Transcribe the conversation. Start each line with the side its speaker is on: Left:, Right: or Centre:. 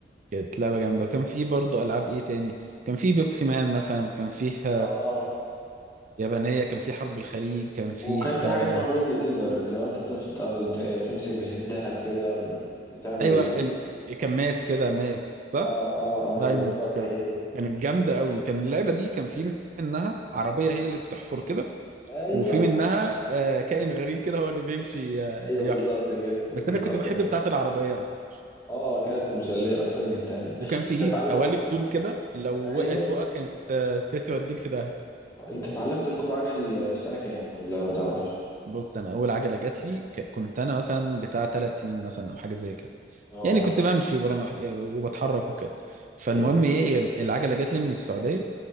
Right: كانت لعبة جامدة وكان في برضه ألعاب إيه تاني كان في بيبسي مان مثلا كان فيها
Left: اه
Right: يابانية كان في حرب الخليج كان فيها
Left: وكان في حاجه اسمها جولد ديجر اللي هو انت بتفضل ت- تمسك في الذهب كده م- بتعمل
Right: أيوة ال- ال- كان ماس كده ماس صح
Left: اه اه آه،
Right: دايموندز
Left: ايوه بالظبط
Right: كان
Left: هي دي
Right: كانت جامدة قوي كان اللعبة دي كان في منها عربية هي اللي بتحفر كده
Left: ايوه
Right: وفي منها آه، كائن غريب كده هو اللي بيمشي آه،
Left: ايوه
Right: يحفر
Left: بالظبط كده بالظبط
Right: بس أنا كنت بحب
Left: كده
Right: بتاعة العربية أكتر
Left: اه كانت مسليه اكتر من التانية
Right: وكان في
Left: انت اتعلم
Right: قوالب طوب كده لو وقعت
Left: ايوه
Right: فوقك كانت آه، توديك في داهية
Left: آه، انت اتعلمت ركوب عجل في سنه كام ولا ما تعرفش
Right: بص انا اول عجله جات لي ك- كنت انا مثلا بتاع ثلاث سنين مثلا او حاجه زي كده
Left: اه
Right: يعني كنت بمشي برا- وبتحرك وكده فالمهم
Left: ايوه
Right: ايه ال- العجله جات لي من السعوديه